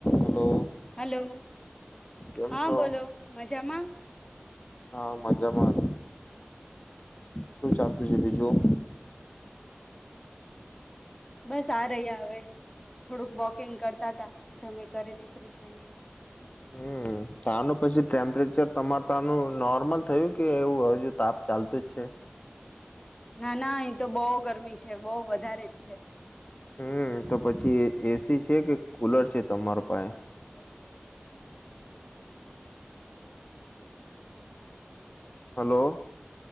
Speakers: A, on the left; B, on the left.
A: Hello
B: hello.
A: કેમ
B: હા
A: છો?
B: બોલો મજામાં
A: હા મજામાં શું ચાલતું છે બીજું?
B: બસ આ રહી હવે, થોડુંક વોકિંગ કરતા ત જમેી કરીને ફ્રી થઈને
A: હમ તાનું પછી ટેમ્પરેચર તમારે તનું નોર્મલ થયું કે એવું હજુ તપ ચાલતો જ છે?
B: ના ના અહી તો બહુ ગરમી છે બહ વધારે જ છે.
A: હમ તો પછી એ સી છે કે કુલર છે તમારો? ઉપાય?
B: <unintelligible>
A: હલો.